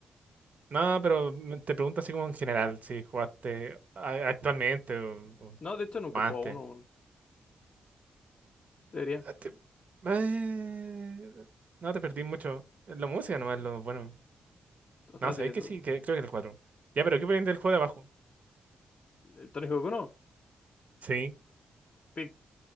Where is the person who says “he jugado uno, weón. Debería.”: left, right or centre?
Left